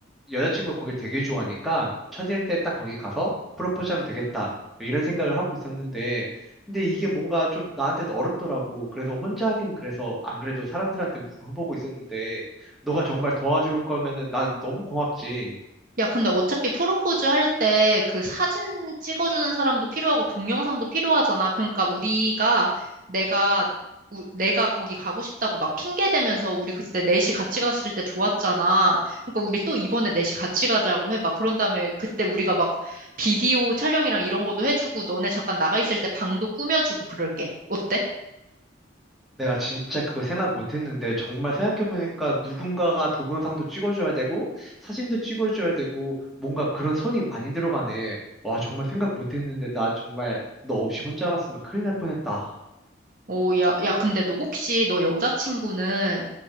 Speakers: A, in the centre; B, on the right.
A: 여자친구가 거기 되게 좋아하니까 첫일 때 딱 거기 가서 프로포즈하면 되겠다. 이런 생각을 하고 있었는데, 근데 이게 뭔가 좀 나한테 어렵더라고. 그래서 혼자 하긴 그래서 안 그래도 사람들한테 물어보고 있었는데, 너가 정말 도와줄 거면은 난 너무 고맙지.
B: 야, 근데 어차피 프로포즈 할 때 그 사진 찍어주는 사람도 필요하고 동영상도 필요하잖아. 그러니까 우리가 내가, 우- 내가 거기 가고 싶다고 막 핑계 대면서 우리 그때 넷이 같이 갔을 때 좋았잖아. 그러니까 우리 또 이번에 넷이 같이 가자고 해. 막 그런 다음에 그때 우리가 막 비디오 촬영이랑 이런 것도 해주고 너네 잠깐 나가 있을 때 방도 꾸며주고 그럴게. 어때?
A: 내가 진짜 그거 생각 못 했는데, 정말 생각해보니까 누군가가 동영상도 찍어줘야 되고, 사진도 찍어줘야 되고, 뭔가 그런 손이 많이 들어가네. 와, 정말 생각 못 했는데, 나 정말 너 없이 혼자 갔으면 큰일 날 뻔했다.
B: 오, 야, 야, 근데 너 혹시 너 여자친구는